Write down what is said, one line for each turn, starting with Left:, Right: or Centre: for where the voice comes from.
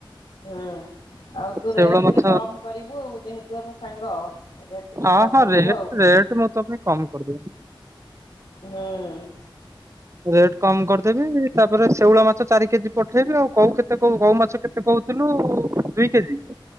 Left: ହୁଁ, ଆଉ ତୁ
Right: ଶେଉଳ
Left: ରେଟ୍ ଟିକେ
Right: ମାଛ
Left: କମ କରିବୁ ଆଉ ଯେହେତୁ ଆମେ ସାଙ୍ଗ। ରେଟ୍ ଟିକେ
Right: ହଁ
Left: କମ
Right: ହଁ
Left: କରିବୁ
Right: ରେଟ-ରେଟ
Left: ଆଉ
Right: ମୁଁ ତୋ ପାଇଁ କମ କରିଦେବି।
Left: ହୁଁ।
Right: ରେଟ୍ କମ କରିଦେବି। ତାପରେ ଶେଉଳ ମାଛ ଚାରି କେଜି ପଠେଇବି, ଆଉ କଉ କେତେ କଉ କୋଉ ମାଛ କେତେ କହୁଥିଲୁ ଦୁଇ କେଜି।